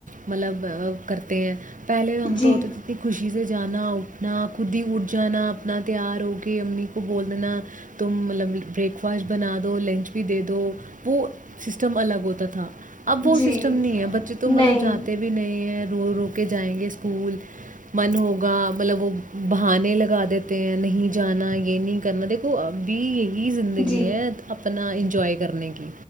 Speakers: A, on the right (about 85°); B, on the left (about 30°).
A: مطلب کرتے ہیں پہلے ہم
B: جی
A: تو ہوتے تھ اتنی خوش ا چی سے جانا اٹھنا خود ہی اٹھ جانا اپنا تیار ہو کے امی کو بولنا تم مطلب بریک فاسٹ بنا دو لنچ بھی دے دو وہ سسٹم الگ ہوتا تھا تھا اب وہ
B: جی
A: سسٹم نہیں ہے بچے تو
B: نہیں
A: مطلب جاتے بھی نہیں ہیں رو رو کے جائیں گے اسکول من ہوگا مطلب وہ بہانے لگا دیتے ہیں نہیں جانا یہ نہیں کرنا دیکھو بی یہ زندگی
B: جی
A: ہے اپنا انجوائے کرنے کی